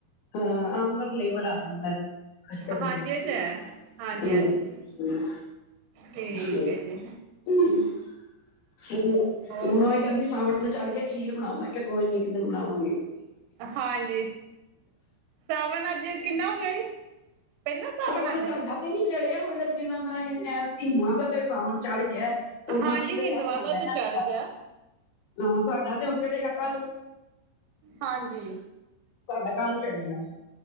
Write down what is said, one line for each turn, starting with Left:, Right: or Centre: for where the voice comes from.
Left: ਹਾਂ ਅੰਮ ਦਾ ਫਲੈਵਰ ਆ ਜਾਂਦੈ ਕਸਟਡ
Right: ਹਾਂਜੀ
Left: ਵਿਚ,
Right: ਇਹ ਤੇ ਹੈ ਹਾਂਜੀ
Left: ਹਮ।
Right: ਹਾਂਜੀ ਠੀਕ
Left: <unintelligible>
Right: ਹੈ ਜੀ ਹੋਰ
Left: ਕਹਿੰਦੀ ਸਾਵਣ ਤਾ ਚੜ ਗਿਆ ਖੀਰ ਬਣਾਓ, ਮੈਂ ਕਿਹਾ ਕੋਈ ਨੀ ਇੱਕ ਦਿਨ ਬਣਾਊ <inaudible>
Right: ਹਾਂਜੀ ਸਾਵਨ ਅੱਜ ਕਿੰਨਾ ਹੋ ਗਿਆ ਜੀ ਪਹਿਲਾ ਸਾਵਨ
Left: ਸਾਵਣ
Right: ਅੱਜ
Left: ਚੜ <unintelligible> ਤੇ ਨੀ ਚੜਿਆ ਮਗਰ ਜਿਹਨਾਂ ਦਾ ਹਿੰਦੂਆਂ ਦਾ ਤੇ ਸਾਵਣ ਚੜ ਗਿਐ। ਪੁਰਮਾਸ਼ੀ
Right: ਹਾਂਜੀ
Left: ਤੇ
Right: ਹਿੰਦੂਆਂ
Left: ਚੜ ਜਾਦੈ ਇਹਨਾ
Right: ਤੇ
Left: ਦਾ
Right: ਚੜ੍ਹ
Left: ਤਾ,
Right: ਗਿਆ
Left: ਹਾਂ ਸਾਡਾ ਤੇ ਹੁਣ ਚੜੇਗਾ ਕੱਲ
Right: ਹਾਂਜੀ।
Left: ਸਾਡਾ ਕੱਲ੍ਹ ਚੜੇਗਾ।